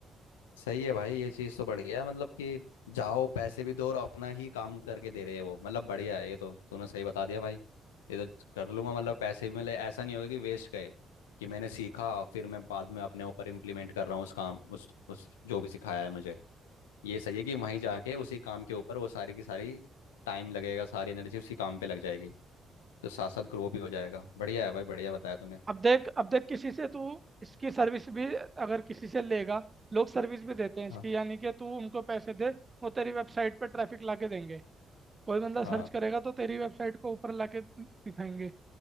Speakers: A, on the left; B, on the right.
A: सही है भाई ये चीज़ तो बढ़िया है मतलब कि जाओ पैसे भी दो और अपना ही काम करके दे रहे हैं वो मतलब बढ़िया है ये तो तूने सही बता दिया भाई ये तो कर लूंगा मतलब पैसे भी मिले ऐसा नहीं होगा कि वेस्ट गए कि मैंने सीखा फिर मैं बाद में अपने ऊपर इम्प्लीमेंट कर रहा हूँ उस काम उस उस जो भी सिखाया है मुझे ये सही है कि वहीं जाके उसी काम के ऊपर वो सारी की सारी टाइम लगेगा सारी एनर्जी उसी काम पे लग जाएगी तो साथ साथ ग्रो भी हो जाएगा बढ़िया है भाई बढ़िया बताया तूने
B: अब देख अब देख किसी से तू इसकी सर्विस भी अगर किसी से लेगा लोग सर्विस भी देते हैं इसकी
A: हाँ
B: यानी कि तू उनको पैसे दे वो तेरी वेबसाइट पे ट्रैफिक ला के देंगे कोई बंदा सर्च
A: हाँ
B: करेगा तो तेरी वेबसाइट को ऊपर ला के दिखाएंगे